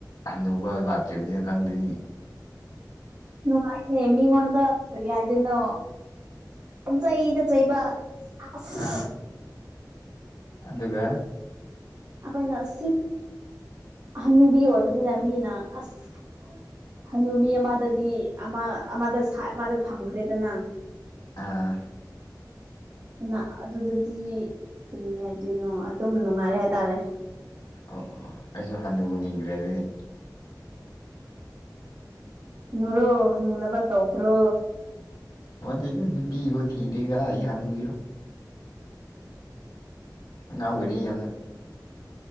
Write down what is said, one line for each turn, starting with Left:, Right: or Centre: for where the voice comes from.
Left: ꯍꯟꯅꯨꯕ ꯂꯥꯛꯇ꯭ꯔꯤꯕꯅꯤꯅ ꯈꯪꯗꯤꯅꯦ
Right: ꯅꯨꯡꯉꯥꯏꯇꯦ ꯃꯤꯉꯣꯟꯗ ꯀꯔꯤ ꯍꯥꯏꯗꯣꯏꯅꯣ ꯄꯪꯆꯩꯗ ꯆꯩꯕ ꯑꯁ
Left: ꯑ ꯑꯗꯨꯒ
Right: ꯑꯈꯣꯏꯅ ꯁꯤꯠ ꯍꯅꯨꯕꯤ ꯑꯣꯏꯕꯅꯤꯅ ꯃꯤꯅ ꯑꯁ ꯍꯅꯨꯕꯤ ꯑꯃꯗꯗꯤ ꯑꯃ ꯑꯃꯗ ꯁꯥꯏꯠ ꯑꯃꯗ ꯊꯝꯈ꯭ꯔꯦꯗꯅ
Left: ꯑꯥ
Right: ꯗꯨꯅ ꯑꯗꯨꯗꯗꯤ ꯀ꯭ꯔꯤ ꯍꯥꯏꯗꯣꯏꯅꯣ ꯑꯗꯨꯝ ꯅꯨꯡꯉꯥꯏꯔꯦ ꯍꯥꯏꯇꯥꯔꯦ
Left: ꯑꯣ ꯑꯣ ꯑꯩꯖꯨ ꯍꯟꯅꯨ ꯅꯤꯡꯒ꯭ꯔꯦ ꯑꯗꯨꯗꯤ
Right: ꯅꯨꯔꯣ ꯍꯅꯨꯅꯕ ꯇꯧꯈ꯭ꯔꯣ
Left: ꯋꯥꯠꯂꯤꯗ ꯅꯨꯄꯤꯕꯣ ꯊꯤꯗ꯭ꯔꯤ ꯀꯔꯥꯏ ꯍꯟꯅꯨꯒꯤꯔꯣꯏ ꯑꯉꯥꯡ ꯑꯣꯏꯔꯤ ꯌꯥꯝꯅ